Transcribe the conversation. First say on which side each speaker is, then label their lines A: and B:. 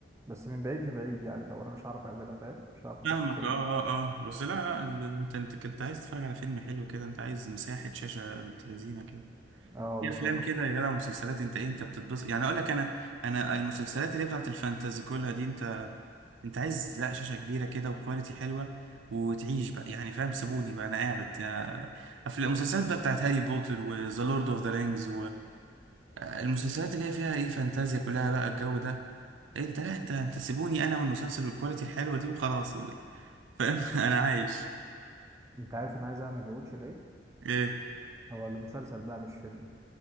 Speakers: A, on the right; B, on the right.
A: بس من بعيد لبعيد يعني لو انا مش هعرف اقابلها فاهم مش هعرف نخش
B: فاهمك
A: سينما
B: اه اه اه بس لا لا ال- ال- انت انت كنت عايز تتفرج على فيلم حلو كده انت عايز مساحة شاشة بنت لذينة كده
A: اه
B: في
A: بالظبط
B: افلام كده يا جدع مسلسلات انت ايه انت بتتبسط يعني اقول لك انا انا المسلسلات اللي هي بتاعت الفانتازي كلها دي انت انت عايز لا شاشة كبيرة كده وكواليتي حلوة وتعيش بقى يعني فاهم سيبوني بقى انا قاعد آه، افلام مسلسلات بقى بتاعت هاري بوتر وذا لورد اوف ذا رينجز المسلسلات اللي هي فيها ايه فانتازيا كلها بقى الجو ده انت لا انت انت سيبوني انا والمسلسل والكواليتي الحلوه دي وخلاص فاهم <laughs> انا عايش
A: انت عارف انا عايز اعمل ريواتش لايه
B: ايه
A: هو لمسلسل بقى مش فيلم